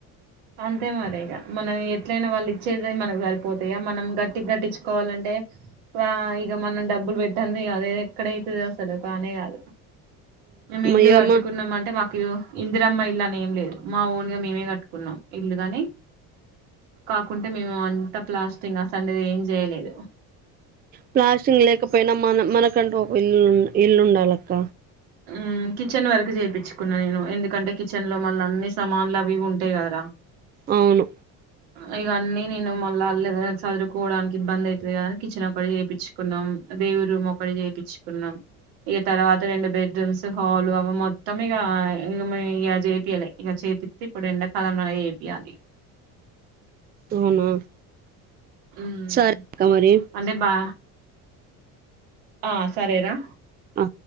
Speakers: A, on the right (about 85°); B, on the right (about 25°).
A: అంతే మరే ఇగ మనం ఎట్లయినా వాళ్ళు ఇచ్చేదే మనకు సరిపోతాయా మనం గట్టిగా గట్టిచ్చుకోవాలంటే ఎ వా ఇగ మనం డబ్బులు పెట్టంది కాదు ఎక్కడైతది అసదు కానే కాదు మేము ఇల్లు
B: అయ్యమ్మా
A: కట్టుకున్నామ అంటే మాకు ఇందిరమ్మ ఇల్లు అని ఏం లేదు మా ఓన్గా మేమే కట్టుకున్నాం ఇల్లు గని కాకుంటే మేము అంతా ప్లాస్టింగ్ ఆ సండేది ఏం చేయలేదు
B: ప్లాస్టింగ్ లేకపోయినా మన మనకంటూ ఒక ఇల్లు ఇల్లు ఉండాలక్క
A: హ్మ్ కిచెన్ వరకు చేపించుకున్నా నేను ఎందుకంటే కిచెన్ లో మళ్ళ అన్ని సమాన్లు అవి ఉంటాయి కదా రా
B: అవును
A: ఇగా అన్నీ నేను మళ్ళ ఎదైనా సదురుకోవడానికి ఇబ్బంది అయితది కదాని కిచెన్ ఒకటి చేపించుకున్నాం దేవురుము ఒకటి చేపిచుకున్నాం ఇగ తర్వాత రెండు బెడ్ రూమ్స్ హాలు అవి మొత్తం ఇగ ఇ చేపియాలి ఇక చేపిత్తే ఇప్పుడు ఎండకాలం అయి చేపియాలి
B: అవునా
A: హ్మ్
B: సరే అక్క మరి
A: అంటే బా ఆ సరేరా
B: ఆ